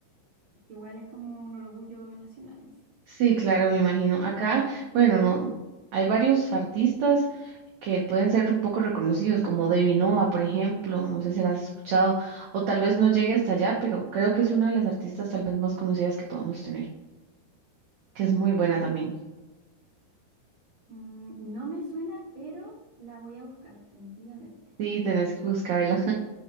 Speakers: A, on the right; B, on the right.
A: es que igual es como un orgullo nacional en sí.
B: Sí, claro, me imagino. Acá, bueno, no, hay varios artistas que pueden ser un poco reconocidos, como Debbie Nova, por ejemplo, no sé si la has escuchado, o tal vez no llegue hasta allá, pero creo que es una de las artistas tal vez más conocidas que podamos tener, que es muy buena también.
A: Mm, no me suena, pero la voy a buscar definitivamente.
B: Sí, tenés que buscarla.